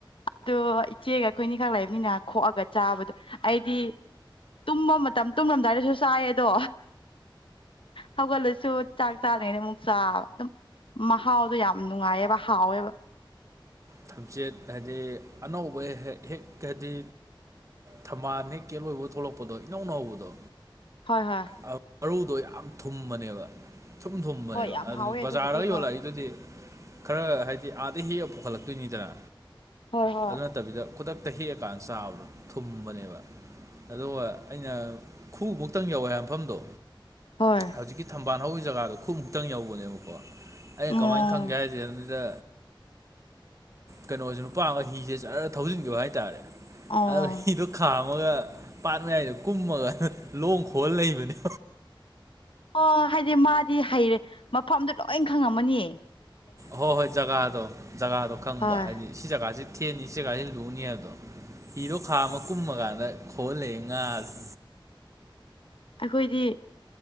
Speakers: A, on the left; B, on the right.
A: ꯑꯗꯣ ꯏꯆꯦꯒ ꯑꯩꯈꯣꯏꯅꯤꯈꯛ ꯂꯩꯕꯅꯤꯅ ꯈꯣꯛꯑꯒ ꯆꯥꯕꯗꯣ ꯑꯩꯗꯤ ꯇꯨꯝꯕ ꯃꯇꯝ ꯇꯨꯝꯂꯝꯂꯝꯗꯥꯏꯗꯁꯨ ꯁꯥꯏꯌꯦ ꯑꯗꯣ ꯍꯧꯒꯠꯂꯁꯨ ꯆꯥꯛ ꯆꯥꯗ꯭ꯔꯤꯉꯩꯗ ꯑꯃꯨꯛ ꯆꯥꯕ ꯑꯗꯨꯝ ꯃꯍꯥꯎꯗꯣ ꯌꯥꯝ ꯅꯨꯡꯉꯥꯏꯌꯦꯕ ꯍꯥꯎꯋꯦꯕ
B: ꯊꯝꯆꯦꯠ ꯍꯥꯏꯗꯤ ꯑꯅꯧꯕ ꯍꯦꯛ ꯍꯦꯛ ꯍꯥꯏꯗꯤ ꯊꯝꯕꯥꯜ ꯍꯦꯛ ꯀꯦꯜꯂꯣꯏꯕ ꯊꯣꯛꯂꯛꯄꯗꯣ ꯏꯅꯧ ꯅꯧꯕꯗꯣ
A: ꯍꯣꯏ ꯍꯣꯏ
B: ꯑ, ꯃꯔꯨꯗꯣ ꯌꯥꯝ ꯊꯨꯝꯕꯅꯦꯕ ꯊꯨꯝ ꯊꯨꯝꯕꯅꯦꯕ
A: ꯍꯣꯏ ꯌꯥꯝ
B: ꯑꯗꯨꯗꯤ
A: ꯍꯥꯎꯋꯦ
B: ꯕꯖꯥꯔꯗ
A: ꯑꯗꯨꯕꯨꯗꯤ
B: ꯌꯣꯜꯂꯛꯏꯗꯨꯗꯤ
A: ꯍꯣꯏ
B: ꯈꯔ ꯍꯥꯏꯗꯤ ꯑꯥꯗ ꯍꯦꯛꯑ ꯄꯨꯈꯠꯂꯛꯇꯣꯏꯅꯤꯗꯅ
A: ꯍꯣꯏ ꯍꯣꯏ
B: ꯑꯗꯨ ꯅꯠꯇꯕꯤꯗ ꯈꯨꯗꯛ ꯇ ꯍꯦꯛꯑꯀꯥꯟꯗ ꯆꯥꯕ꯭ꯔꯣ ꯊꯨꯝꯕꯅꯦꯕ ꯑꯗꯨꯒ ꯑꯩꯅ ꯈꯨ ꯃꯨꯛꯇꯪ ꯌꯧꯋꯦ ꯍꯥꯏ ꯃꯐꯝꯗꯣ
A: ꯍꯣꯏ
B: ꯍꯧꯖꯤꯛꯀꯤ ꯊꯝꯕꯥꯜ ꯍꯧ ꯖꯒꯥꯗꯣ ꯈꯨꯠꯃꯨꯛꯇꯪ ꯌꯧꯕꯅꯦꯕꯀꯣ ꯑ
A: ꯑꯣ
B: ꯀꯃꯥꯏ ꯈꯪꯒꯦ ꯍꯥꯏꯁꯦ ꯑꯗꯨꯗ ꯀꯩꯅꯣꯁꯤ ꯅꯨꯄꯥꯒ ꯍꯤꯁꯦ ꯆꯠꯔꯔ ꯊꯧꯖꯤꯟꯈꯤꯕꯦ ꯍꯥꯏꯇꯥꯔꯦ
A: ꯑꯣ
B: ꯑꯗꯨ ꯍꯤꯗꯣ ꯈꯥ ꯒ ꯄꯥꯛꯅꯉꯏꯗ ꯀꯨꯝꯃꯒ ꯂꯣꯡ ꯈꯣꯜ ꯂꯩꯕꯅꯦ
A: ꯑꯣ ꯍꯥꯏꯗꯤ ꯃꯥꯗꯤ ꯍꯩꯔꯦ ꯃꯐꯝꯗꯣ ꯂꯣꯏ ꯈꯪꯉꯝꯃꯅꯤꯌꯦ
B: ꯍꯣꯏ ꯍꯣꯏ ꯖꯒꯥꯗꯣ ꯖꯒꯥꯗꯣ ꯈꯪꯕ
A: ꯍꯣꯏ
B: ꯍꯥꯏꯗꯤ ꯁꯤ ꯖꯒꯥꯁꯤ ꯅꯤꯡꯁꯦ ꯀꯖꯤ ꯂꯨꯅꯤꯗꯣ ꯏꯤꯔꯣ ꯈꯥ ꯑꯃ ꯀꯨꯝꯃ ꯀꯥꯟꯗ ꯈꯣꯍꯜꯂꯑꯦ ꯉꯥꯥꯁꯦ
A: ꯑꯩꯈꯣꯏꯗꯤ